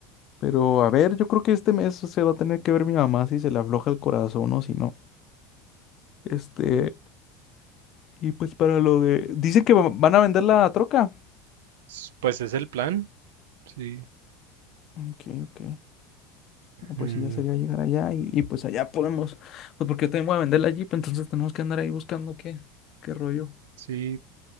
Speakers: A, on the left; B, on the right.
A: Pero a ver, yo creo que este mes se va a tener que ver mi mamá si se le afloja el corazón o si no. Este, y pues para lo de... Dicen que va- van a vender la troca.
B: S- Pues es el plan, sí.
A: Ok, ok. No, pues
B: Mm,
A: sí, ya sería llegar allá y, y pues allá podemos... Pues porque yo también voy a vender la Jeep, entonces tenemos que andar ahí buscando qué, qué rollo.
B: sí,